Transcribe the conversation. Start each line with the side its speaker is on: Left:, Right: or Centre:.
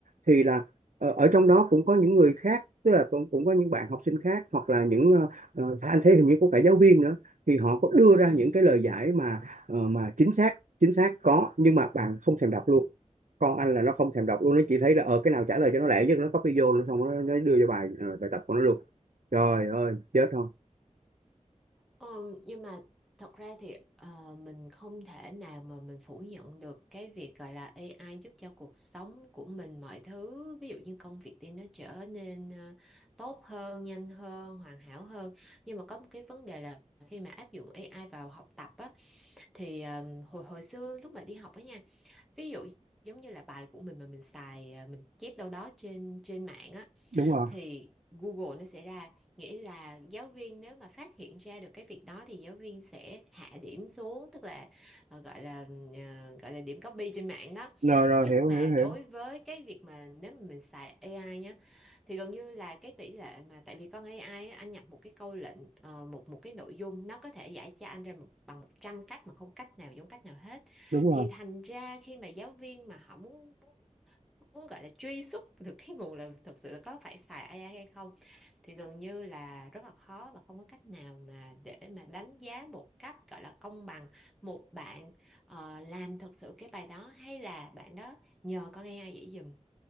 Right: thì là ờ, ở trong đó cũng có những người khác tức là cũng cũng có những bạn học sinh khác hoặc là những ờ, ờ, anh thấy hình như có cả giáo viên nữa thì họ có đưa
Centre: ừ.
Right: ra những cái lời giải mà ờ, mà chính xác chính xác có nhưng mà bạn không thèm đọc luôn con anh là nó không thèm đọc luôn nó chỉ thấy là ở cái nào trả lời cho nó lẹ nhất nó copy vô nó xong nó, nó đưa cho bài ờ, bài tập của nó luôn trời ơi chết không
Centre: Ờ, nhưng mà thật ra thì ờ, mình không thể nào mà mình phủ nhận được cái việc gọi là AI giúp cho cuộc sống của mình mọi thứ ví dụ như công việc thì nó trở nên ờ, tốt hơn nhanh hơn hoàn hảo hơn nhưng mà có một cái vấn đề là khi mà áp dụng AI vào học tập á thì ờ, hồi hồi xưa lúc mà đi học á nha ví dụ giống như là bài của mình mà mình xài à, mình chép đâu đó trên trên mạng á
Right: đúng rồi
Centre: thì Google nó sẽ ra nghĩa là giáo viên nếu mà phát hiện ra được cái việc đó thì giáo viên sẽ hạ điểm xuống tức là ờ, gọi là ờ, gọi là điểm copy trên mạng đó
Right: rồi rồi
Centre: nhưng
Right: hiểu
Centre: mà
Right: hiểu hiểu
Centre: đối với cái việc mà nếu mà mình xài AI nhá thì gần như là cái tỷ lệ mà tại vì con AI á, anh nhập một cái câu lệnh ờ, một một cái nội dung nó có thể giải cho anh ra một, bằng 100 cách mà không cách nào giống cách nào hết
Right: đúng rồi
Centre: thì thành ra khi mà giáo viên mà họ muốn muốn gọi là truy xuất được cái nguồn là thực sự là có phải xài AI hay không thì gần như là rất là khó và không có cách nào mà để mà đánh giá một cách gọi là công bằng một bạn ờ, làm thật sự cái bài đó hay là bạn đó nhờ con AI dễ dùm